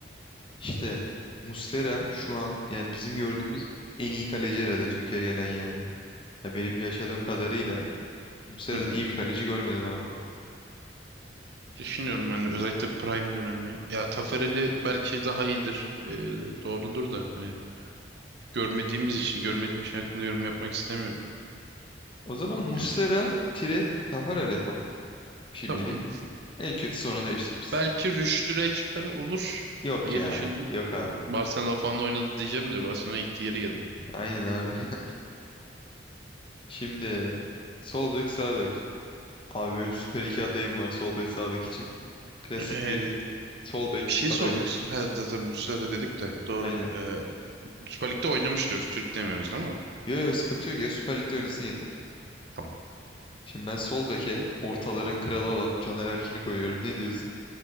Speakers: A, on the left; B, on the right.
A: işte Muslera şu an yani bizim gördüğümüz en iyi kaleci herhalde Türkiye'ye gelen yani. Ya benim yaşadığım kadarıyla Muslera'dan
B: <laughs>
A: iyi bir kaleci görmedim abi.
B: Düşünüyorum yani özellikle Prime dönemi. Ya Taferel'i belki daha iyidir. Ee, doğrudur da hani görmediğimiz için görmediğim şey hakkında yorum yapmak istemiyorum.
A: O zaman Muslera
B: Ee,
A: tire Taferel yapalım şimdilik.
B: tamam.
A: En kötü sonra değiştiririz.
B: Belki Rüştü Reçber olur
A: Yok
B: diye
A: ya.
B: düşündüm.
A: Yok abi.
B: Barcelona falan oynadı diyeceğim de Barcelona gitti geri geldi.
A: Aynen abi. <laughs> Şimdi sol bek sağ bek. Abi benim süper iki adayım var sol bek sağ bek için. Klasik
B: Ee,
A: bir sol bek
B: bir şey
A: adayı.
B: sormak istiyorum. Ha, zaten Muslera dedik de doğru.
A: Aynen.
B: Ee, Süper Lig'de oynamış diyoruz. Türk demiyoruz değil mi?
A: Yo yo sıkıntı yok ya Süper Lig'de oynasın yeter.
B: Tamam.
A: Şimdi ben sol beke ortaların kralı olan Caner Erkin'i koyuyorum. Ne diyorsun?